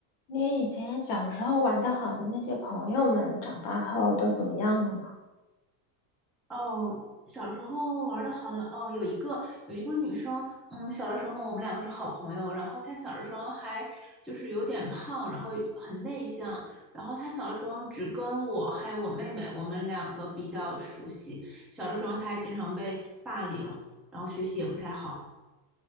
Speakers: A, on the left; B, in the centre.
A: 你以前小时候玩得好的那些朋友们，长大后都怎么样了呢？
B: 哦，小时候玩的好的哦，有一个有一个女生，嗯，小的时候我们两个是好朋友，然后她小的时候还就是有点胖，然后很内向，然后她小的时候只跟我还有我妹妹，我们两个比较熟悉，小的时候她还经常被霸凌，然后学习也不太好。